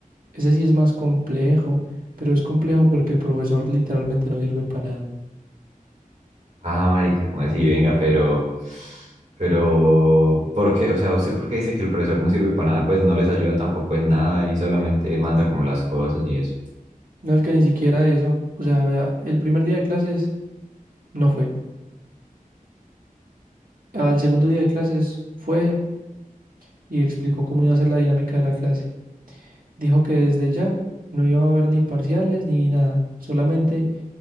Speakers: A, on the right; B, on the right.
A: Ese sí es más complejo, pero es complejo porque el profesor literalmente no sirve para nada.
B: Ah, marica, ¿cómo así? Venga, pero, pero, ¿por qué? O sea, ¿usted por qué dice que el profesor no sirve para nada? Pues no les ayuda tampoco en nada y solamente manda como las cosas y eso.
A: No es que ni siquiera eso, o sea, vea, el primer día de clases no fue. Al segundo día de clases fue y explicó cómo iba a ser la dinámica de la clase. Dijo que desde ya no iba a haber ni parciales ni nada, solamente